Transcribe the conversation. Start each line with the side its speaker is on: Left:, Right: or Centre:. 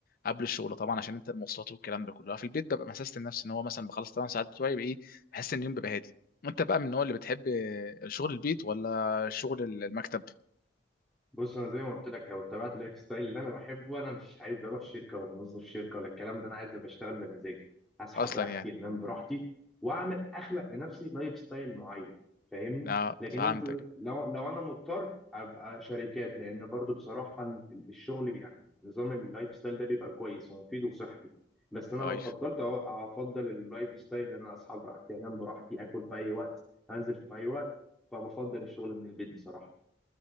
Left: قبل الشغل طبعا عشان انت المواصلات والكلام ده كله في البيت ببقى مسست لنفسي ان هو مثلا بخلص 8 ساعات بتوعي يبقى ايه بحس ان اليوم بيبقى هادي انت بقى من النوع اللي بتحب شغل البيت ولا شغل المكتب
Centre: بص انا زي ما قلت لك لو اتبعت اللايف ستايل اللي انا بحبه انا مش عايز اروح شركه وموظف شركه ولا الكلام ده انا عايز ابقى اشتغل بمزاجي اصحى
Left: اصلا
Centre: براحتي
Left: يعني
Centre: انام براحتي واعمل اخلق لنفسي لايف ستايل معين فاهمني
Left: اه
Centre: لكن
Left: فهمتك
Centre: انت لو لو انا مضطر ابقى شركات لان برضو بصراحه ال- الشغل يعني نظام اللايف ستايل ده بيبقى كويس ومفيد وصحي بس انا
Left: ايوه
Centre: لو فضلت أو- افضل اللايف ستايل ان انا اصحى براحتي انام براحتي اكل في اي وقت انزل في اي وقت فبفضل الشغل من البيت بصراحه